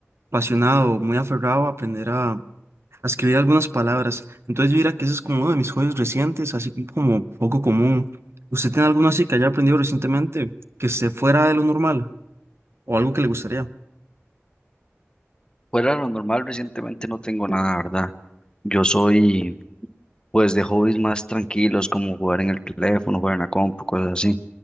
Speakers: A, on the right (about 60°); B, on the left (about 20°).
A: apasionado, muy aferrado a aprender a escribir algunas palabras. Entonces yo diría que ese es como uno de mis hobbies recientes, así que como poco común. ¿Usted tiene alguno así que haya aprendido recientemente que esté fuera de lo normal o algo que le gustaría?
B: Fuera de lo normal, recientemente no tengo nada, ¿verdad? Yo soy, pues, de hobbies más tranquilos, como jugar en el teléfono, jugar en la compu, cosas así.